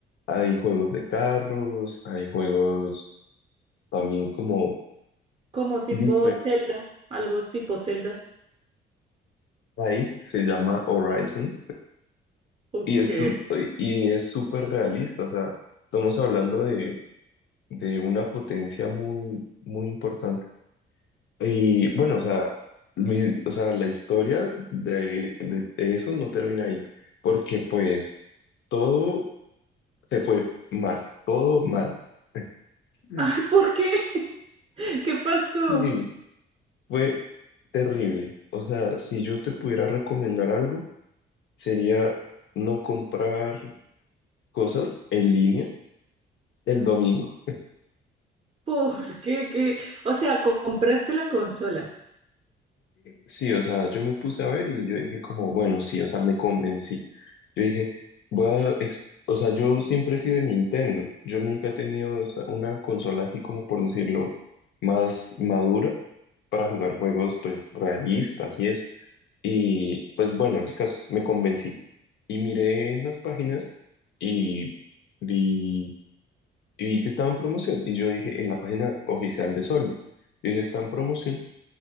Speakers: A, on the left; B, on the right.
A: hay juegos de carros, hay juegos también como
B: Como tipo
A: dife-
B: Zelda, algo tipo Zelda.
A: ahí se llama Horizon,
B: ok.
A: y es, sup- y es súper realista, o sea, estamos hablando de una potencia muy, muy importante. Y bueno, o sea, Luis- o sea, la historia de, de eso no termina ahí, porque pues todo se fue mal, todo mal. Es- Mm.
B: Ay, ¿por qué? <laughs> ¿Qué pasó?
A: Sí, fue terrible. O sea, si yo te pudiera recomendar algo, sería no comprar cosas en línea el domingo.
B: ¿Por qué? ¿Qué? O sea, co- compraste la consola.
A: Sí, o sea, yo me puse a ver y yo dije como, bueno, sí, o sea, me convencí. Yo dije, voy a, ex- o sea, yo siempre he sido de Nintendo. Yo nunca he tenido esa- una consola así como, por decirlo, más madura para jugar juegos, pues, realistas y eso. Y, pues, bueno, el caso, es, me convencí. Y miré las páginas y vi, y vi que estaba en promoción. Y yo dije, en la página oficial de Sony, yo dije, está en promoción,